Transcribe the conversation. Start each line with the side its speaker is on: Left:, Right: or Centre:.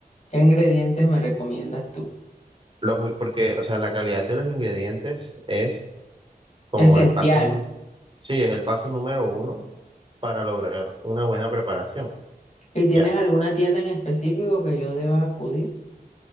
Left: ¿Qué ingredientes me recomiendas tú?
Right: Los, porque, o sea, la calidad de los ingredientes es como
Left: Esencial.
Right: el paso, sí, es el paso número uno para lograr una buena preparación.
Left: ¿Y tienes
Right: Ya.
Left: alguna tienda en específico que yo deba acudir?